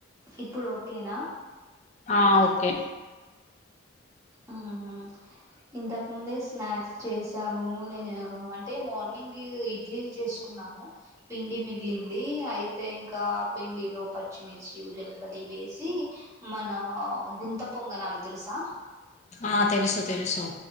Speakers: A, on the right; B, on the left.
A: ఇప్పుడు ఓకేనా
B: ఆ ఓకే
A: ఆహ ఇంతకు ముందే స్నాక్స్ చేసాను నేను అంటే మార్నింగ్ ఇడ్లీలు చేసుకు న్నాము పిండి మిగిలింది అయితే ఇంకా పిండి లో పచ్చిమిర్చి ఉల్లిగడ్డలు వేసి మన గుంత పొంగణాలు తెలుసా
B: ఆ తెలుసు తెలుసు